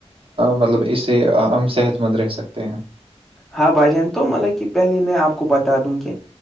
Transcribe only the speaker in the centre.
ہاں بھائی جان تو مطلب کہ پہلے میں آپ کو بتا دوں کہ